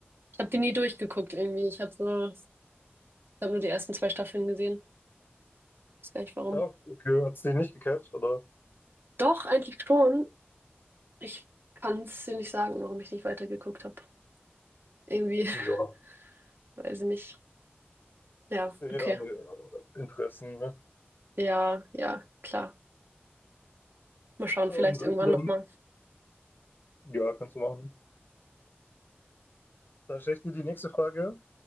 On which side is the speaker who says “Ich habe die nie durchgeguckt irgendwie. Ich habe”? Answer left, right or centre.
Right